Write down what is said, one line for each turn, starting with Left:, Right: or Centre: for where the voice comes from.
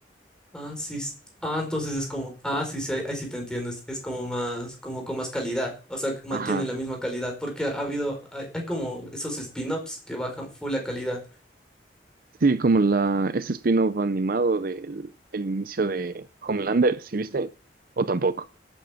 Centre: Ah, sí. s- Ah, entonces es como, ah, sí, sí, ahí, ahí sí te entiendes. Es como más, como con más calidad. O sea, que mantienen
Right: Ajá.
Centre: la misma calidad, porque ha habido, hay, hay como esos spin-offs que bajan full la calidad.
Right: Sí, como la, ese spin-off animado del el inicio de Homelander, ¿sí viste? ¿O tampoco?